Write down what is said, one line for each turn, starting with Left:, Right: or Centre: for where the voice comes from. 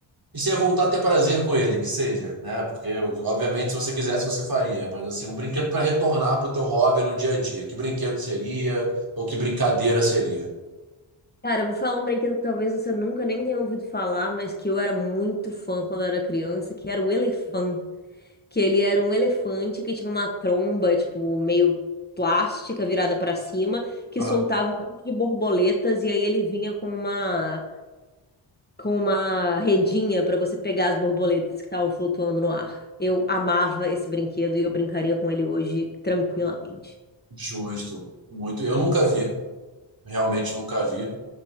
Right: e se ia voltar a ter prazer com ele, que seja, né? Porque, obviamente, se você quisesse, você faria. Mas, assim, um brinquedo para retornar para o teu hobby no dia a dia. Que brinquedo seria? Ou que brincadeira seria?
Left: Cara, eu vou falar um brinquedo que talvez você nunca nem tenha ouvido falar, mas que eu era muito fã quando eu era criança, que era o elefante. Que ele era um elefante que tinha uma tromba, tipo, meio plástica virada para cima, que
Right: Ah,
Left: soltava um monte de borboletas e aí ele vinha com uma com uma redinha para você pegar as borboletas que estavam flutuando no ar. Eu amava esse brinquedo e eu brincaria com ele hoje tranquilamente.
Right: justo. Muito. Eu nunca vi. Realmente nunca vi.